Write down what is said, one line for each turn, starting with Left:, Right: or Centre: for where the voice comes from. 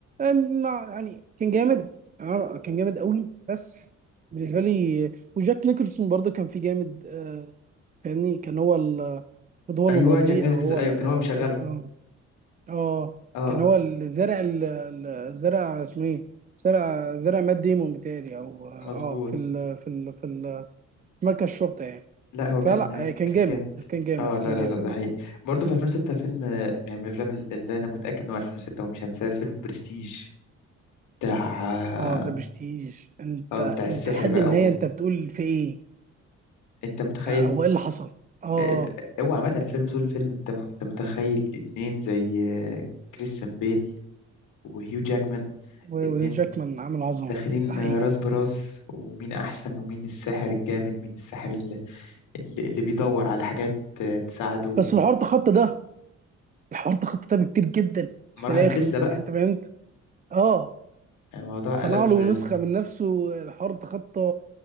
Right: ما- يعني كان جامد آه، كان جامد قوي بس بالنسبه لي وجاك نيكلسون برضه كان فيه جامد آه، فاهمني كان هو ال- المفروض هو
Left: ايوه
Right: اللي مربيه
Left: جاك نيكلز
Right: او هو
Left: ايوه
Right: ال-
Left: كان هو مشغلهم
Right: بالظبط اه آه،
Left: اه
Right: كان هو اللي زرع ال- ال- زرع اسمه ايه زرع زرع مات ديمون بتاعي او اه
Left: مظبوط
Right: أه، في ال في ال في ال- في مركز الشرطه يعني
Left: لا هو
Right: فلا
Left: كان
Right: آه، كان
Left: كان
Right: جامد
Left: جامد
Right: كان جامد
Left: اه
Right: كان
Left: لا لا
Right: جامد
Left: لا ده حقيقي برضه في 2006 فيلم آه، يعني من الافلام اللي انا متاكد ان هو 2006 ومش هنساه فيلم برستيج بتاع
Right: اه ذا برستيج انت
Left: اه بتاع السحر
Right: انت لحد
Left: بقى
Right: النهايه انت بتقول في ايه
Left: وانت متخيل
Right: آه، او ايه اللي حصل اه
Left: آه،
Right: أه.
Left: هو عامة فيلم طول الفيلم انت انت متخيل اتنين زي آه، كريستيان بيل وهيو جاكمان
Right: و-
Left: اتنين
Right: وهيو جاكمان عامل عظمه
Left: داخلين
Right: ده حقيقي
Left: آه، راس براس ومين أحسن ومين الساحر الجامد مين الساحر اللي, اللي اللي بيدور على حاجات آه، تساعده
Right: بس الحوار تخطى ده الحوار تخطى ده بكتير جدا في
Left: مراحل
Right: الاخر
Left: تسلا بقى
Right: انت فهمت اه
Left: يعني الموضوع
Right: صنع
Left: قلب
Right: له
Left: آه،
Right: نسخه من نفسه الحوار تخطى